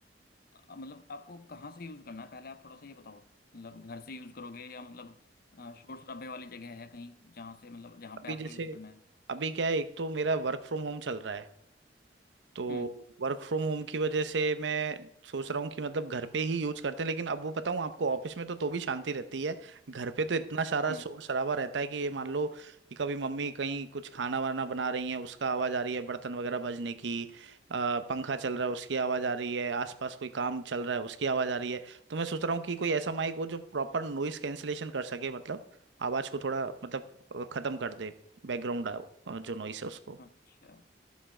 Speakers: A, on the left; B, on the right.
A: अ, मतलब आपको कहाँ से यूज़ करना है पहले आप थोड़ा सा ये बताओ मतलब घर से यूज़ करोगे या मतलब अ, शोर शराबे वाली जगह है कहीं जहाँ से मतलब जहाँ
B: अभी
A: पे आपको
B: जैसे
A: यूज़ करना है
B: अभी क्या है एक तो मेरा वर्क फ्रॉम होम चल रहा है तो
A: हम्म
B: वर्क फ्रॉम होम की वजह से मैं सोच रहा हूँ कि मतलब घर पे ही यूज करते हैं लेकिन अब वो बताऊँ आपको ऑफिस में तो तो भी शांति रहती है घर पे तो इतना सारा
A: हम्म
B: शोर शराबा रहता है कि ये मान लो कि कभी मम्मी कहीं कुछ खाना वाना बना रही है उसका आवाज़ आ रही है बर्तन वगैरह बजने की अ, पंखा चल रहा है उसकी आवाज़ आ रही है आसपास कोई काम चल रहा है उसकी आवाज़ आ रही है तो मैं सोच रहा हूँ कि कोई ऐसा माइक हो जो प्रॉपर नॉइस कैंसिलेशन कर सके मतलब आवाज़ को थोड़ा मतलब अ, खत्म कर दे बैकग्राउंड जो नॉइस है उसको
A: अच्छा